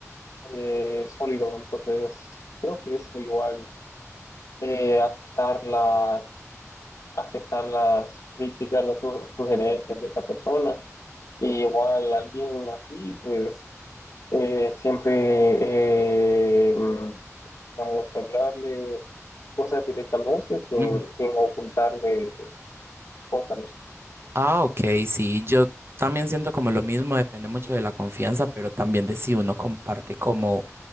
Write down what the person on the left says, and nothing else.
eh, sólido. Entonces, creo que eso igual, eh, aceptar las, aceptar las críticas, las su- sugerencias de esa persona. Y igual alguien así, pues eh, siempre, eh, vamos a hablarle cosas directamente sin,
sin ocultarle cosas. ¿no?